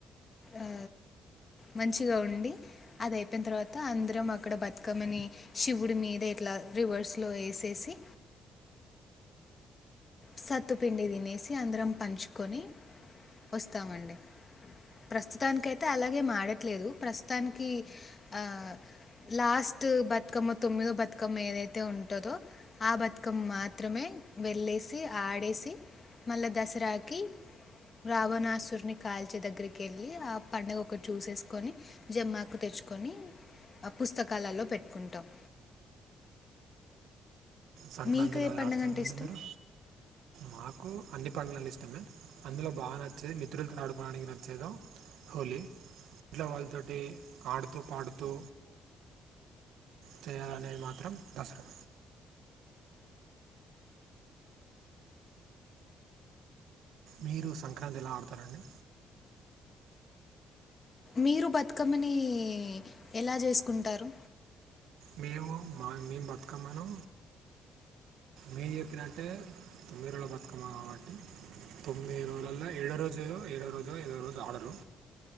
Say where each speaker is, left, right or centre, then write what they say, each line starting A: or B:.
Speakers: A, on the left; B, on the right.
A: ఆ మంచిగ ఉండి అదయిపోయిన తర్వాత అందరం అక్కడ బతుకమ్మని శివుడి మీద ఇట్లా రివర్స్లో ఏసేసి సత్తుపిండి తినేసి అందరం పంచుకొని ఒస్తామండి ప్రస్తుతానికయితే అలాగే మాడట్లేదు ప్రస్తుతానికి ఆ లాస్ట్ బతుకమ్మ తొమ్మిదో బతుకమ్మ ఏదైతే ఉంటదో ఆ బతుకమ్ మాత్రమే వెళ్ళేసి తి ఆడేసి మళ్ళ దసరాకి రావణాసురుని కాల్చే దగ్గరికి ఎళ్ళి ఆ పండగ ఒకటి చూసేసుకోని జమ్మాకు తెచ్చుకొని ఆ పుస్తకాలలో పెట్టుకుంటాం
B: సంక్రాంతిలోలా
A: మీకు ఏ పండగ
B: ఆడుతారండి
A: అంటే ఇష్టం
B: మీరు మాకు అన్నీ పండ్లలు ఇష్టమే అందులో బాగా నచ్చేది మిత్రులతో ఆడుకోవడానికి నచ్చేదో హోలీ ట్లో వాళ్ళతోటి ఆడుతూ పాడుతూ చేయాలనేది మాత్రం దసరా మీరు సంక్రాంతి ఎలా ఆడుతారండి
A: మీరు బతుకమ్మని ఎలా చేసుకుంటారు
B: మేము మా మేం బతుకమ్మను మీరు చెప్పినట్టే తొమ్మిదిరోజుల బతుకమ్మ కాబట్టి తొమ్మిది రోజులల్ల ఏడో రోజేయో ఏడో రోజో ఏదో రోజు ఆడరు